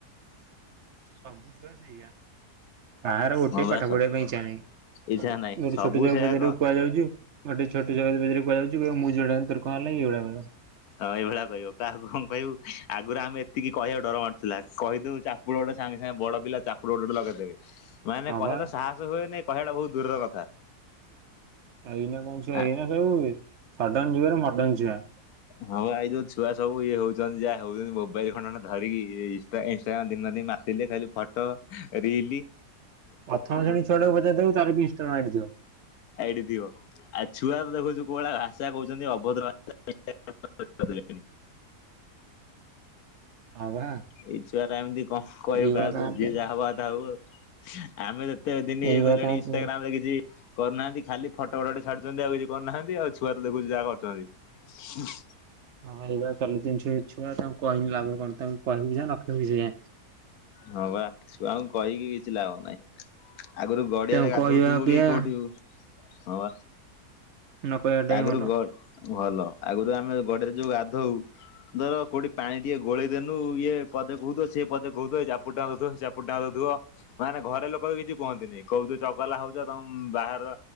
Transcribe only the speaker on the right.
ସବୁ ଛୁଆ ସେଇଆ। କାହାର ଗୋଟେ
ପାଠ ପଢ଼ିବା ପାଇଁ ଇଚ୍ଛା ନାହିଁ
ଗୋଟେ
ଛୋଟ ଛୁଆକୁ
ପଚାରିବୁ କୁଆ ଯାଉଚୁ ଗୋଟେ ଛୋଟ ଛୁଆକୁ ତୁ ପଚିରିବୁ କୁଆଡ଼େ ଯାଉଚୁ କହିବ ମୁଁ ଯୁଆଡ଼େ ଗନି ତୋର କଣ ଗଲା କି? ଏଇ ଭଳିଆ କହିବ।
ହଁ
ବା
ଏଇନା କଣ ଛୁଆ
ଏଇନା ସେବୁ ସଡନ ଯୁଗରେ ମଡ଼ନ ଛୁଆ।
ପ୍ରଥମ ଶେଣୀ ଛୁଆଟାକୁ ପଚାରି ଦବୁ ତାର ଇଷ୍ଟମ ଆଇଡି ଥିବ।
ହଁ ବା
ଏଇଭଳିଆ
ତାଙ୍କର
ଯେ
ଏଇଭଳିଆ
ତାଙ୍କର
ଯେ
ହଁ ଏଇଭଳିଆ ଚାଲି ଛନି ଛୁଆ ତାଙ୍କୁ କହିକି ଲାଭ କଣ ତାଙ୍କୁ କହିବୁ ଯାହା ନ କଇବୁ ସେଇଆ।
ତାଙ୍କୁ
କହିବା ଅପେକ୍ଷା
ନ କହିବାଟା ହିଁ
ଭଲ